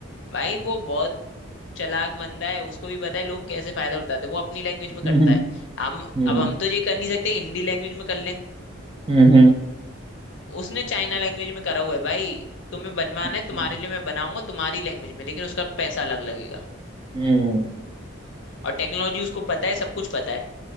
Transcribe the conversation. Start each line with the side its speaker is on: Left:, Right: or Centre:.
Left: भाई वो बहुत चालाक बंदा है उसको भी पता है लोग कैसे फायदा उठाते हैं वो अपनी लैंग्वेज में
Right: हम्म
Left: करता है हम
Right: हम्म
Left: अब हम तो ये कर नहीं सकते हिंदी लैंग्वेज में कर लें
Right: हम्म हम्म,
Left: उसने चाइना लैंग्वेज में करा हुआ है भाई तुम्हें बनवाना
Right: अच्छा
Left: है तुम्हारे लिए मैं बनाऊंगा तुम्हारी लैंग्वेज में लेकिन उसका पैसा अलग लगेगा
Right: हम्म
Left: और टेक्नोलॉजी उसको पता है सब कुछ पता है